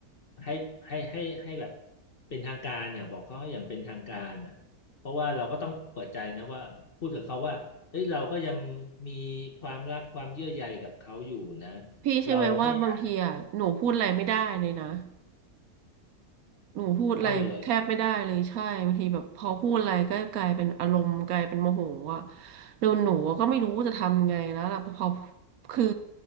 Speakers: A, on the left (about 40°); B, on the right (about 70°).
A: ให้ให้ให้ให้แบบเป็นทางการอ่ะบอกเขาอย่างเป็นทางการอ่ะเพราะว่าเราก็ต้องเปิดใจนะว่าพูดกับเขาว่าเฮ้ยเราก็ยังมีความรักความเยื่อใยกับเขาอยู่นะ
B: พี่ใช่อไหมว่าบางทีอ่ะหนูพูดอะไรไม่ได้เลยนะ
A: เราไม่อยาก
B: หนูพูดอะไรแทบไม่ได้เลยใช่บางทีแบบพอพูดอะไรก็กลายเป็นอารมณ์กลายเป็นโมโหอ่ะ
A: เอาเหรอ
B: แล้วหนูก็ไม่รู้จะทำไงแล้วล่ะพอคือ